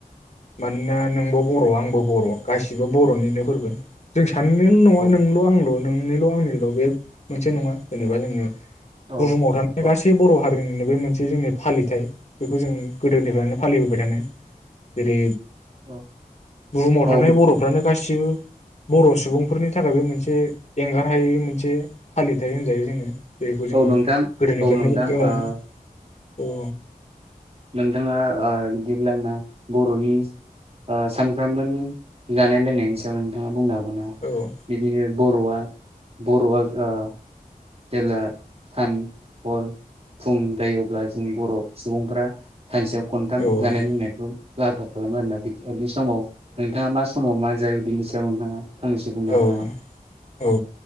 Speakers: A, on the left; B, on the right.
A: मानोना नोंबो बर आंबो बर गासिबो बरनिनो फोरबो जों साननायल नङा
B: औ
A: नोंल आंल नोंनिल आंनिल बे मोनसे नङा जेनेबा जोङो
B: औ
A: बुहुमाव थानाय
B: औ
A: गासै बर हारिनिनो बे मोनसे जोंनि फालिथाय बेखौ जों गोदोनिफ्रायनो फालिबोबाय थानो जेरै
B: औ
A: बुहुमाव
B: औ
A: थानाय बर फ्रानो गासिबो बर सुबुंफोरनि थाखायबो मोनसे एंगारहायै मोनसे फालिथाय होनजायो जोङो बेखौ जोङो
B: औ नोंथां
A: गोदोनिफ्रायनो
B: औ नोंथां ओ
A: <unintelligible> औ।
B: नोंथाङा ओ बिदिब्ला ना बरनि ओ सानफ्रामबोनि जानाय लोंनायनि सायाव नोंथाङा बुंनो हागोना
A: हागोन
B: बिदिनो बरआ बरआ ओ जेला सान हर फुं जायोब्ला जों बर सुबुंफोरा सानसेयाव खनथाम
A: बेयावथ'
B: जानाय लोंनायखौ बा खालामो आरोना बि समाव नोंथाङा मा समाव मा जायो बिनि सायाव नोंथाङा फंनैसो बुंनो हागोन
A: औ औ
B: नामा
A: औ